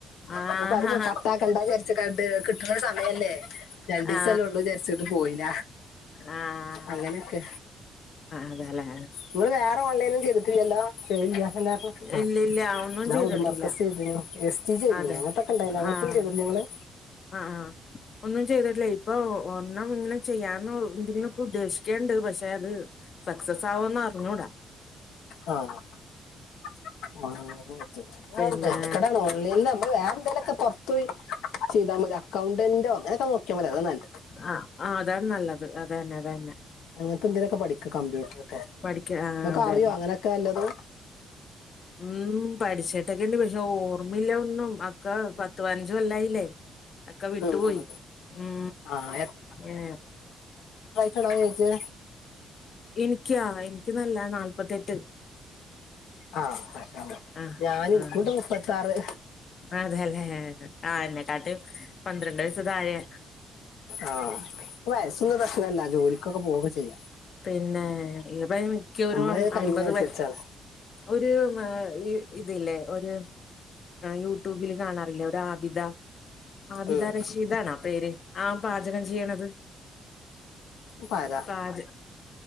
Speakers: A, on the left (about 50°); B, on the left (about 70°).
A: ആഹ്
B: അപ്പത് കട്ടാക്കണ്ടാ വിചാരിച്ച്ക്കാണ്ട് കിട്ട്ണ സമയല്ലേ രണ്ടീസല്ലൊള്ളൂ
A: ആഹ്
B: വിചാരിച്ച്ട്ട് പോയീല
A: ആഹ്
B: അങ്ങനൊക്കെ
A: അതെല്ലേ
B: ഇങ്ങള് വേറെ ഓൺലൈൻല് ചെയ്തിട്ടില്ലല്ലോ ഏയ് ഇല്ല എന്നാപ്പൊ ഉം
A: ഇല്ലില്ല ഒന്നും
B: ഞാ
A: ചെയ്തിട്ടില്ല
B: ഉതും പ്രെസ്സ് ചെയ്തിനോ എക്സ്ചേൻജ് ചെയ്തിനോ
A: അതെ
B: അങ്ങൻത്തൊക്കേണ്ടയിന് അങ്ങൻത്തൊന്നും
A: ആഹ്
B: ചെയ്തിട്ടില്ല ങ്ങള്?
A: ആഹ് ആഹ് ഒന്നും ചെയ്തിട്ടില്ല ഇപ്പൊ ഒന്നും ഇങ്ങനെ ചെയ്യാന്ന് എന്തെങ്കലുക്കെ ഉദ്ദേശിക്കണ്ട് പക്ഷെ അത് സക്സസ് ആവോന്നറിഞ്ഞൂട
B: ആഹ് <unintelligible> ആ
A: പിന്നെ
B: എക്കടാണ് ഓൺലൈനിൽ നമ്മ വേറെ എന്തേലുക്കെ പൊറത്തു പോയി ചെയ്താ മതി അക്കൗണ്ടന്റോ അങ്ങനെക്കെ നോക്കിയാ മതി അത നല്ലത്
A: ആഹ് ആഹ് അതാണ് നല്ലത് അതന്നെ അത ന്നെ
B: അങ്ങനത്തെ എന്തേലൊക്കെ പഠിക്ക് കമ്പ്യൂട്ടർ ഒക്കെ
A: പഠിക്ക ആഹ്
B: ങ്ങക്ക്
A: അതന്നെ
B: അറിയോ അങ്ങനെയൊക്കെ അല്ലത്
A: ഉം പഠിച്ചിട്ടൊക്കെ ണ്ട് പക്ഷെ ഓർമ്മയില്ല ഒന്നും അക്ക പത്ത് പതിനഞ്ച് കൊല്ലായില്ലേ അക്കെ വിട്ടുപോയി
B: ഉം ഉം
A: ഉം
B: ആഹ്
A: ഏ
B: ങ്ങള ചോയിച്ചേ
A: എനിക്കാ എനിക്ക് നല്ല നാല്പത്തെട്ട്
B: ആഹ്
A: ആഹ്
B: ഞാൻ ഇൻക്കുണ്ട്
A: ആഹ്
B: മുപ്പത്താറ്
A: അതെല്ലേ ആ എന്ന കാട്ട്അ പന്ത്രണ്ട് വയസു താഴെയ
B: ആഹഹ് വയസൊന്നു പ്രശ്നല്ല ജോലിക്കൊക്കെ പോവ്ക്കെ ചെയ്യാ
A: പിന്നെ <unintelligible> മിക്കരു
B: നമ്മളെ കഴിവിനനുസരിച്ചാണ്
A: അമ്പത് വ ഒരു ഇതില്ലേ ഒരു യൂട്യൂബില് കാണാറില്ലേ ഒരാബിത ആബിത
B: ഉം
A: രഷീദാണാ പേര് ആ പാചകം ചെയ്യണത്.
B: പയത.
A: പാച